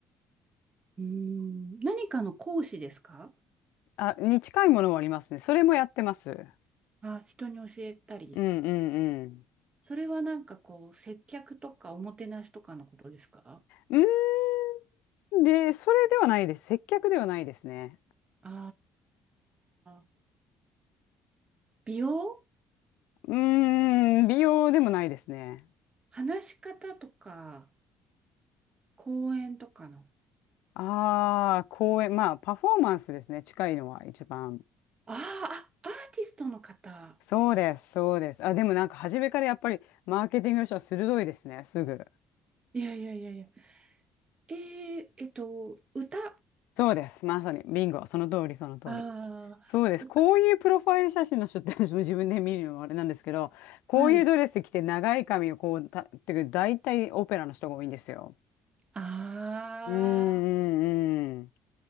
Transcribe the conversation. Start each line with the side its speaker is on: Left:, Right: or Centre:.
Right: うーん、何かの講師ですか
Left: あ、に近いものもありますね。それもやってます。
Right: あ、人に教えたり。
Left: うんうんうん。
Right: それはなんかこう、接客とかおもてなしとかのことですか
Left: うーん。で、それではないです。接客ではないですね。
Right: あー、美容
Left: うーん、美容でもないですね。
Right: 話し方とか、講演とかの。
Left: ああ、公演、まあ、パフォーマンスですね。近いのは一番。
Right: あーあ、アーティストの方。
Left: そうです、そうです。あ、でもなんか初めからやっぱりマーケティングの人は鋭いですね、すぐ。
Right: いやいやいやいや。えー、えっと、歌。あ
Left: そうです、まさに。ビンゴ、その通り、その通り。
Right: あ歌。
Left: そうです。こういうプロファイル写真の人って私も自分で見るのもあれなんですけど、こういうドレス着て長い髪をこうた、
Right: はい。
Left: っていうか大体オペラの人が多いんですよ。
Right: あ
Left: うんうんうん。